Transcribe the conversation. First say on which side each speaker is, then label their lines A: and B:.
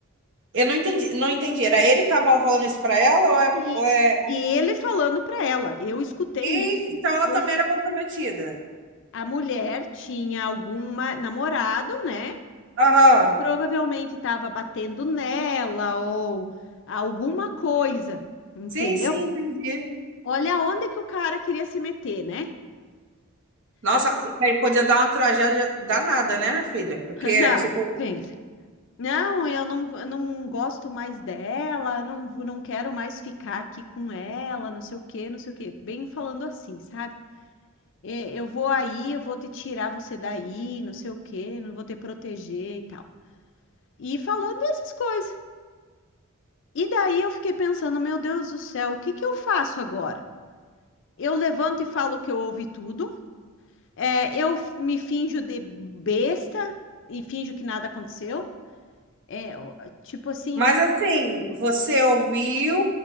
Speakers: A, on the right (about 60°); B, on the left (about 60°).
A: Eu não entendi, não entendi. Era ele que tava falando isso pra ela ou é,
B: E,
A: ou é...
B: e ele falando para ela, eu escutei
A: Eita,
B: isso.
A: então ela
B: Eu
A: também
B: escu-
A: era comprometida.
B: a mulher tinha alguma namorado, né?
A: Aham.
B: E provavelmente estava batendo nela ou alguma coisa, entendeu?
A: Sim, sim, entendi.
B: Olha onde que o cara queria se meter, né?
A: Nossa, isso aí podia dar uma tragédia danada, né, minha filha?
B: <laughs>
A: Porque,
B: Não,
A: tipo,
B: pensa. Não, eu não, eu não gosto mais dela, não, vou- não quero mais ficar aqui com ela, não sei o quê, não sei o quê. Bem falando assim, sabe? É, Eu vou aí, eu vou te tirar você daí, não sei o quê, não vou te proteger e tal. E falando essas coisas. E daí eu fiquei pensando, meu Deus do céu, o que que eu faço agora? Eu levanto e falo que eu ouvi tudo, é, eu f- me finjo de besta e finjo que nada aconteceu. É, ó, tipo assim,
A: Mas assim, você ouviu,